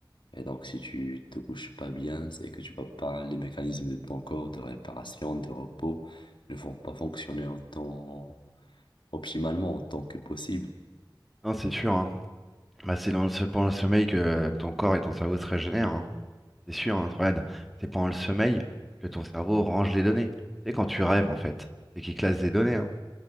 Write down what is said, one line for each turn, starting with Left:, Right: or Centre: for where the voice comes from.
Left: Et donc, si tu te couches pas bien, c'est que tu vas pas, les mécanismes de ton corps de réparation, de repos ne vont pas fonctionner autant optimalement, autant que possible.
Centre: Non, c'est sûr, hein. Bah, c'est dans le, se- pendant le sommeil que euh, ton corps et ton cerveau se régénèrent, hein. C'est sûr, hein, Fred. C'est pendant le sommeil que ton cerveau range les données. C'est quand tu rêves, en fait. C'est qu'il classe des données, hein,